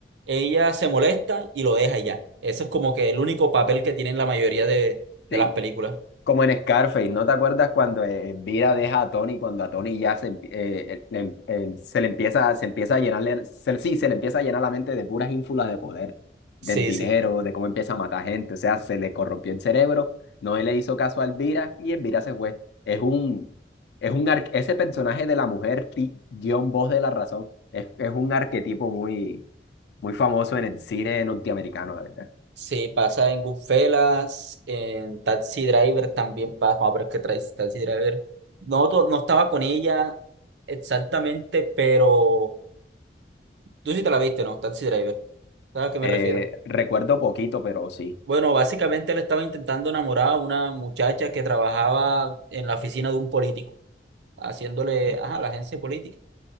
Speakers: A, on the right; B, on the left.
A: ella se molesta y lo deja y ya. Eso es como que el único papel que tienen la mayoría de, de
B: Sí.
A: las películas.
B: Como en Scarface, ¿no te acuerdas cuando eh, Elvira deja a Tony, cuando a Tony ya se, empi- eh, eh, le em- eh, se le empieza, se empieza a llenarle, se- sí, se le empieza a llenar la mente de puras ínfulas de poder, del
A: Sí,
B: dinero,
A: sí.
B: de cómo empieza a matar gente, o sea, se le corrompió el cerebro, no le hizo caso a Elvira y Elvira se fue. Es un, es un, ar- ese personaje de la mujer, ti- guión voz de la razón, es, es un arquetipo muy, muy famoso en el cine norteamericano, la verdad.
A: Sí, pasa en Goodfellas, en Taxi Driver también pasa. Vamos a ver qué trae Taxi Driver. No, to- no estaba con ella exactamente, pero tú sí te la viste, ¿no? Taxi Driver. ¿Sabes a qué me
B: Eh,
A: refiero?
B: recuerdo poquito, pero sí,
A: Bueno, básicamente él estaba intentando enamorar a una muchacha que trabajaba en la oficina de un político, haciéndole, ajá, la agencia política.